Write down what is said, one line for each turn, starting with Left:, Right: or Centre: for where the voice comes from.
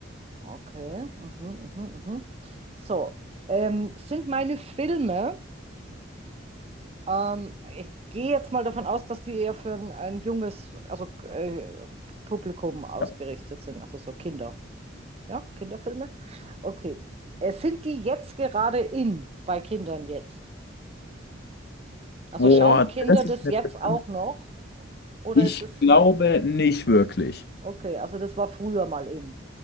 Right: Okay. Mhm, mhm, mhm. So. Ähm, sind meine Filme. Ähm, ich gehe jetzt mal davon aus, dass die eher für ein, ein junges, also äh, Publikum ausgerichtet
Left: Ja.
Right: sind, also so Kinder. Ja, Kinderfilme? Okay. Äh, sind die jetzt gerade in bei Kindern jetzt? Also
Left: Boah,
Right: schauen Kinder
Left: das ist
Right: das jetzt
Left: eine verdammte.
Right: auch noch? Oder
Left: Ich
Right: ist das.
Left: glaube nicht wirklich.
Right: Okay, also das war früher mal in.